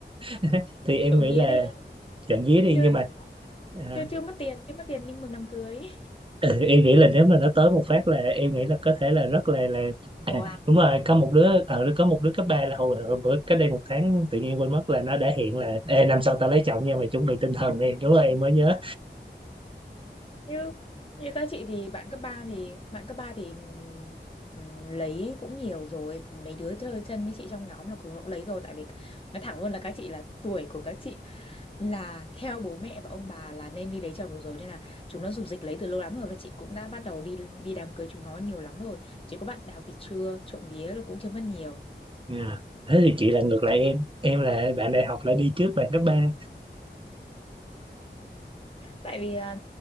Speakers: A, on the right; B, on the left.
A: <laughs> thì em
B: trộm
A: nghĩ
B: vía
A: là
B: đấy
A: trộm vía đi
B: chưa
A: nhưng mà à,
B: chưa chưa mất tiền chưa mất tiền nhưng mừng đám cưới
A: ừ, em nghĩ là nếu mà nó tới một phát là em nghĩ là có thể là rất là là à,
B: Ồ,
A: đúng rồi có một đứa ở có một đứa cấp 3 là hồi, hồi bữa cách đây một tháng tự nhiên quên mất là nó đã hiện là Ê, năm sau tao lấy chồng nha mày chuẩn bị tinh thần đi đúng rồi em mới nhớ
B: như như các chị thì bạn cấp ba thì bạn cấp 3 thì ừm, ừm, lấy cũng nhiều rồi mấy đứa chơi thân với chị trong nhóm là cũng cũng lấy rồi tại vì nói thẳng luôn là các chị là tuổi của các chị là theo bố mẹ và ông bà là nên đi lấy chồng được rồi nên là chúng nó rục rịch lấy từ lâu lắm rồi và chị cũng đã bắt đầu đi đi đám cưới chúng nó nhiều lắm rồi chỉ có bạn đại học thì chưa trộm vía là cũng chưa mất nhiều
A: Dạ. Thế thì chị là ngược lại em em là bạn đại học lại đi trước bạn cấp ba
B: tại vì là